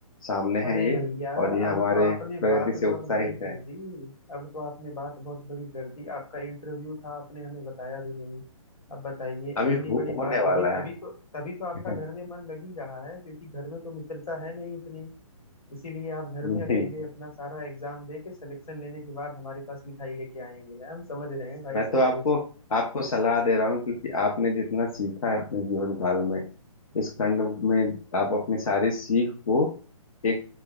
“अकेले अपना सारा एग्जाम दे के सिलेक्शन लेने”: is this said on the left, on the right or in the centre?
Left